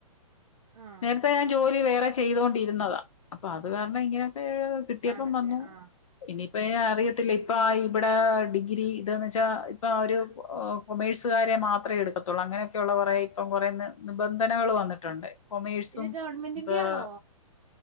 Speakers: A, on the right (about 65°); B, on the left (about 60°).
A: ആഹ്
B: നേരത്തെ ഞാൻ ജോലി വേറെ ചെയ്തോണ്ടിരുന്നതാ അപ്പൊ അത് കാരണം ഇങ്ങനെയൊക്കെ കിട്ടിയപ്പം
A: ആണല്ലേ
B: വന്നു
A: ആഹ്.
B: ഇനിയിപ്പ അറിയത്തില്ല ഇപ്പായി ഇവിടെ ഡിഗ്രി ഇതന്ന് വെച്ചാ ഇപ്പൊ ആ ഒരു കൊമേഴ്സുകാരെ മാത്രേ എടുക്കത്തുള്ളൂ അങ്ങനെ ക്കെയുള്ളകൊറേ ഇപ്പം കൊറെ നിബന്ധനകൾ വന്നിട്ടുണ്ട് കൊമേഴ്സും
A: ഇത് ഗവൺമെന്റിന്റെ
B: ഏഹ്
A: ആണോ?